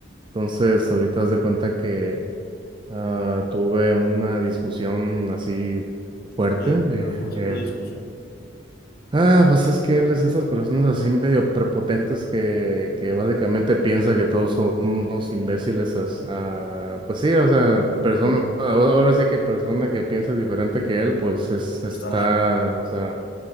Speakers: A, on the right; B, on the left.
A: entonces ahorita haz de cuenta que ah, tuve una discusión así fuerte.
B: ¿por qué?
A: <laughs>
B: ¿Pero por qué fue la discusión?
A: Ah, pues es que él es esas personas así medio prepotentes que,
B: Ujú,
A: que básicamente piensa que todos son unos imbéciles. as- ah, pues sí, o sea, persona,
B: ujú,
A: ahora ahora sí que persona que piensa diferente que él, pues es, está,
B: Está mal.
A: o sea,